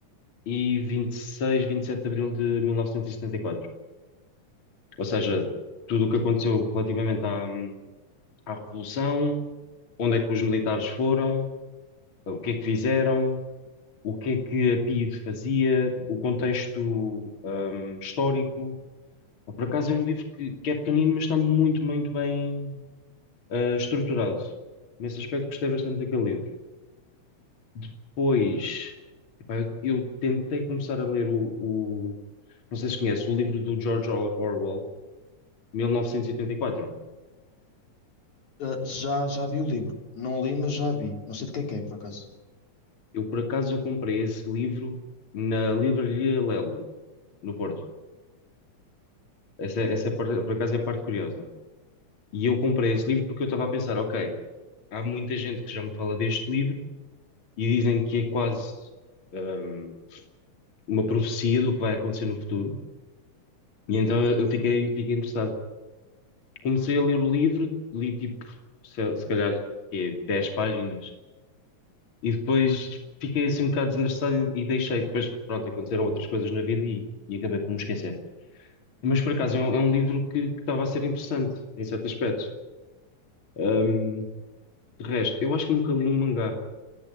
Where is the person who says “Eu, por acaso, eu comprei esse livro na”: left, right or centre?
Left